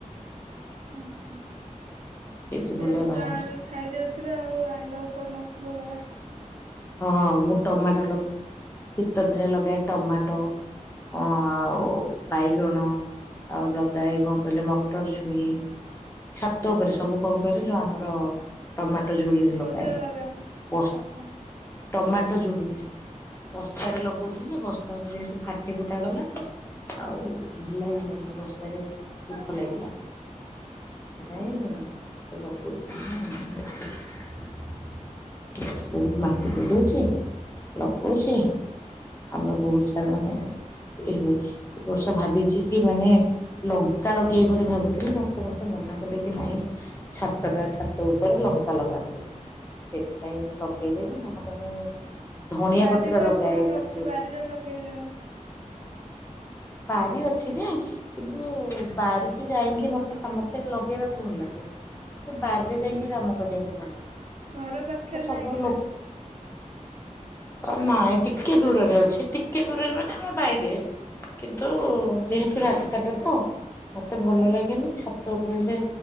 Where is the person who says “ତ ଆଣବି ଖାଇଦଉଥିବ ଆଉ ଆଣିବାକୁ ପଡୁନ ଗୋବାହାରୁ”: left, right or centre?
Right